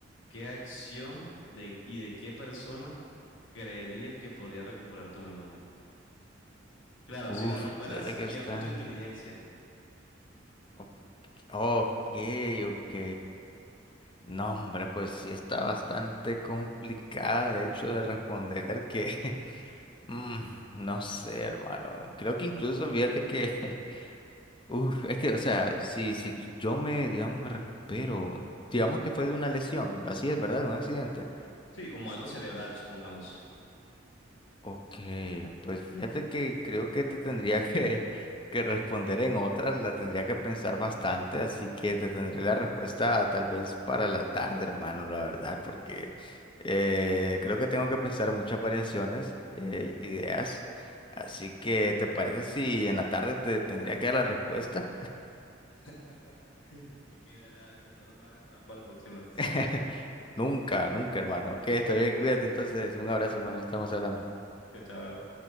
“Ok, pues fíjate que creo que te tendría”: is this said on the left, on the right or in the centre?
Left